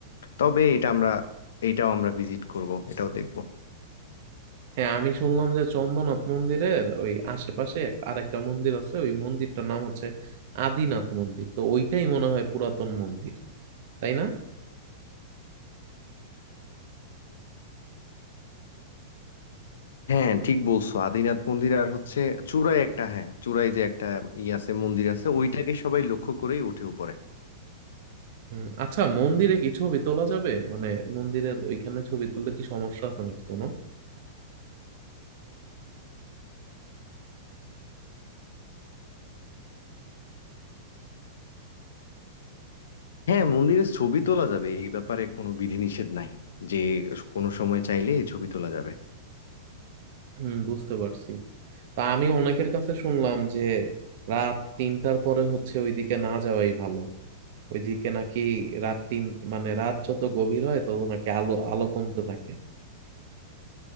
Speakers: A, on the left; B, on the right.
A: তবে এটা আমরা এটাও আমরা ভিজিট করব এটাও দেখব
B: হ্যাঁ আমি শুনলাম যে চন্দ্রনাথ মন্দিরের ওই আশেপাশে এক- আরেকটা মন্দির আছে ওই মন্দিরটার নাম হচ্ছে আদিনাথ মন্দির তো ওইটাই মনে হয় পুরাতন মন্দির তাই না
A: হ্যাঁ ঠিক বলছো আদিনাথ মন্দির আর হচ্ছে চূড়ায় একটা হ্যাঁ চূড়ায় যে একটা ই আছে মন্দির আছে ওইটাকে সবাই লক্ষ্য করেই উঠে উপরে
B: হুম, আচ্ছা মন্দিরে কি ছবি তোলা যাবে মানে মন্দিরের ওইখানে ছবি তুললে কি সমস্যা আছে নাকি কোনো
A: হ্যাঁ মন্দিরের ছবি তোলা যাবে এই ব্যাপারে কোনো বিধিনিষেধ নাই যে কোনো সময় চাইলে ছবি তোলা যাবে
B: হুম বুঝতে পারছি তা আমি অনেকের কাছে শুনলাম যে রাত তিনটার পরে হচ্ছে ওইদিকে না যাওয়াই ভালো ওইদিকে নাকি রাত তিন মানে রাত যত গভীর হয় তত নাকি আলো আলো কমতে থাকে